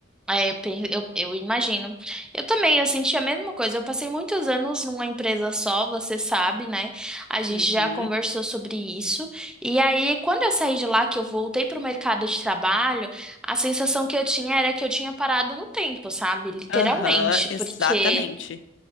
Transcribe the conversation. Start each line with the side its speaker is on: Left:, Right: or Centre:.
Centre: É, eu, pe- eu eu imagino. Eu também, eu senti a mesma coisa. Eu passei muitos anos numa empresa só, você sabe, né? A gente
Left: Uhum,
Centre: já conversou sobre isso. E aí, quando eu saí de lá, que eu voltei para o mercado de trabalho, a sensação que eu tinha era que eu tinha parado no tempo, sabe? Literalmente,
Left: aham, exatamente.
Centre: porque